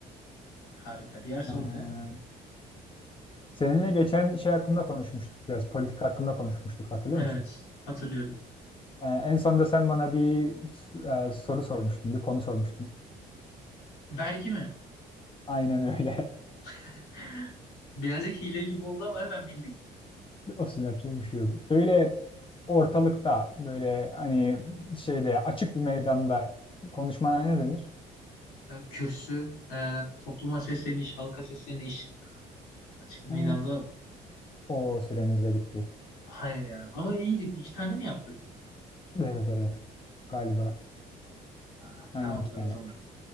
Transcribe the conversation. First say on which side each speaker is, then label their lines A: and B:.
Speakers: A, on the left; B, on the left.
A: Harika. Diğer soru
B: Ee,
A: ne?
B: seninle geçen şey hakkında konuşmuştuk biraz. Politik hakkında konuşmuştuk hatırlıyor
A: Evet,
B: musun?
A: hatırlıyorum.
B: Ee, en sonunda sen bana bir e, soru sormuştun, bir konu sormuştun.
A: Vergi mi?
B: Aynen öyle.
A: <laughs> Birazcık hile gibi oldu ama hemen bildik.
B: <laughs> Olsun yapacak bir şey yok. Böyle ortalıkta, böyle hani şeyde açık bir meydanda konuşmana ne denir?
A: e, kürsü, e, topluma sesleniş, halka sesleniş, açık meydanda
B: Ee, o süremiz de bitti.
A: hayır ya. Ama iyiydik. İki tane mi yaptık?
B: Evet evet. Galiba.
A: Aa,
B: Aynen
A: tamamdır
B: iki tane
A: o zaman.
B: yapmış.